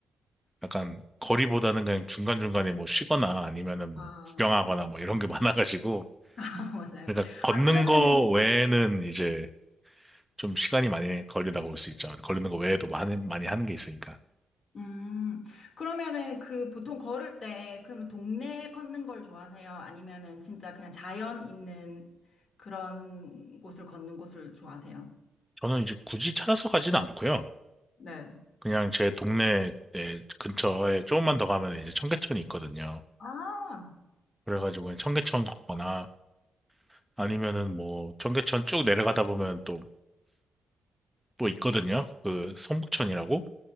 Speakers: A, in the centre; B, on the left (about 55°).
A: 약간 거리보다는 그냥 중간중간에 뭐 쉬거나 아니면은
B: 아,
A: 뭐 구경하거나 뭐 이런 게 <laughs> 많아가지고
B: <laughs> 맞아요.
A: 그러니까 걷는
B: 아, 그러면은
A: 거 외에는 이제 좀 시간이 많이 걸린다고 볼 수 있죠. 걸리는 거 외에도 많이 많이 하는 게 있으니까.
B: 음, 그러면은 그 보통 걸을 때, 그러면 동네에 걷는 걸 좋아하세요? 아니면은 진짜 그냥 자연 있는 그런 곳을 걷는 곳을 좋아하세요?
A: 저는 이제 굳이 찾아서 가지는 않고요.
B: 네.
A: 그냥 제 동네 근처에 조금만 더 가면 이제 청계천이 있거든요.
B: 아,
A: 그래가지고 그냥 청계천 걷거나 아니면은 뭐 청계천 쭉 내려가다 보면 또, 또 있거든요. 그 성북천이라고?